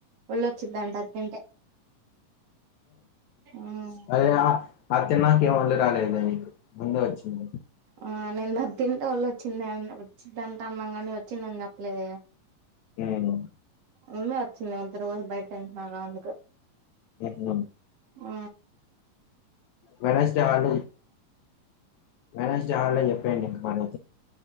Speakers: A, on the right; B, on the left.
A: ఒళ్ళొచ్చిద్దంట అది తింటే మ్మ్
B: అరే వ అత్త నా కే ఒళ్ళో రాలే రై ఉండవచ్చు మే బి
A: ఆ నేను ద తింటే వాళ్ళు వచ్చింద వచ్చిందంటా అన్నాం కాండి వచ్చిందని చెప్పలేద
B: ఉమ్
A: ఉమ్మే వచ్చుంది అంత రోజు బయట తింటున గ అందుకు
B: ఉ హు
A: ఆ
B: వెస్ట హాల వెస్ట హాలప్పే ని కమానే